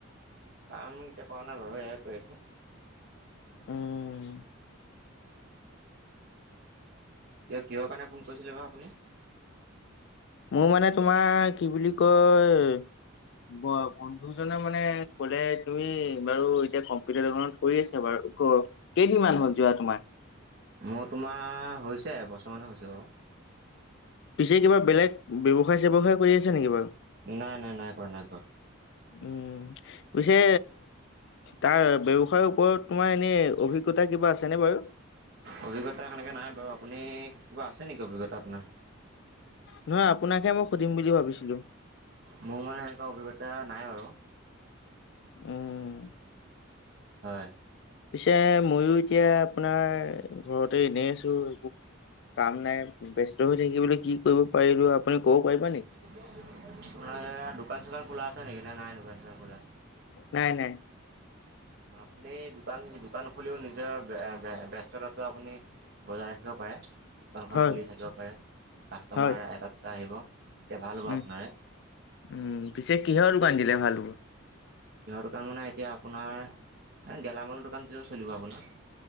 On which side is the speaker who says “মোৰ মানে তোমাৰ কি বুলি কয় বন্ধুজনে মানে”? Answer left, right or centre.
Left